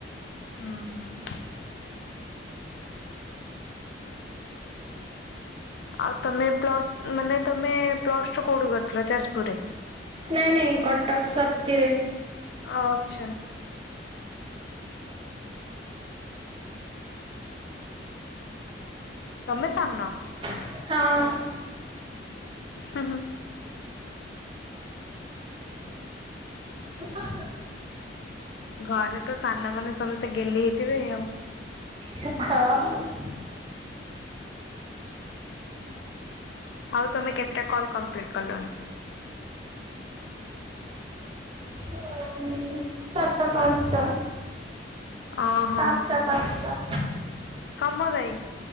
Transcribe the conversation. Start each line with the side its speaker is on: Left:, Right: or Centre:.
Left: ହୁଁ। ଆଉ ତମେ ପ୍ଲସ୍ ମାନେ ତମେ ପ୍ଲସ ଟୁ କୋଉଠି କରିଥିଲ? ଯାଜପୁର ରେ?
Right: ନାଇଁ ନାଇଁ, କଟକ୍ ସବତିରେ।
Left: ଅ ଆଚ୍ଛା। ତମେ ସାନ?
Right: ହଁ।
Left: ହୁଁ ହୁଁ।
Right: <inaudible>
Left: ଘରେ ତ ସାନମାନେ ସମସ୍ତେ ଗେହ୍ଲି ହେଇଥିବେ ଆଉ।
Right: <unintelligible>
Left: ଆଉ ତମେ କେତେଟା କଲ୍ କମ୍ପ୍ଲିଟ୍ କଲଣି?
Right: <inaudible> ଆଟ୍ଟା ପାଞ୍ଚଟା।
Left: ଅହଁ
Right: ପାଞ୍ଚଟା ପାଞ୍ଚଟା।
Left: ସମଦାୟୀ।